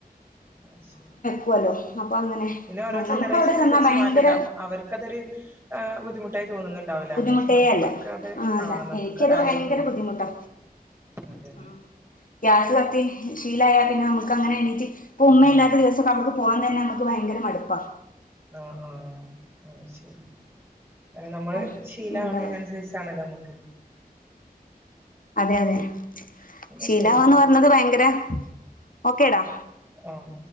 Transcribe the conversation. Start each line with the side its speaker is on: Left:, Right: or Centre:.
Right: അത് ശെരി.
Left: പുവാല്ലോ അപ്പ അങ്ങനെ
Right: പിന്നെ ഓരോ ജനറേഷന്
Left: നമുക്ക് അവിടെ
Right: അനുസരിച്ച്
Left: ചെന്നാ ഭയങ്കര
Right: മാറ്റണ്ടാവും അവർക്ക് അതൊരു ഏഹ് ബുദ്ധിമുട്ടായി തോനുന്നുണ്ട് ണ്ടാവല്ലോ
Left: ബുദ്ധിമുട്ടേ
Right: പക്ഷെ നമുക്കൊക്കെ
Left: അല്ല
Right: അത്
Left: ആ അല്ല
Right: ആഹ് നമുക്ക്
Left: എനിക്കത്
Right: അത് ആലോചിക്കുമ്പോ
Left: ഭയങ്കര ബുദ്ധിമുട്ടാ
Right: അതെ
Left: ആ ഗ്യാസ് കത്തി ശീലായാ പിന്നെ നമ്മക്ക് അങ്ങനെ എണീറ്റ് ഇപ്പ
Right: ആഹ്
Left: ഉമ്മ ഇല്ലാത്ത ദിവസൊക്കെ നമ്മക്ക് പോവാൻ തന്നെ നമുക്ക് ഭയങ്കര മടുപ്പാ.
Right: ആഹ്, ആഹ് അത് ശെരി. അങ്ങനെ നമ്മള്
Left: അപ്പം
Right: ശീലാവണേന്
Left: എന്താ പറയാ
Right: അനുസരിച്ചാണല്ലോ നമ്മക്ക്
Left: അതെ, അതെ
Right: എന്നാ
Left: ശീലാവാന്ന്
Right: ശരിട്ടോ
Left: പറഞ്ഞത് ഭയങ്കര ഓക്കേടാ.
Right: ആഹ്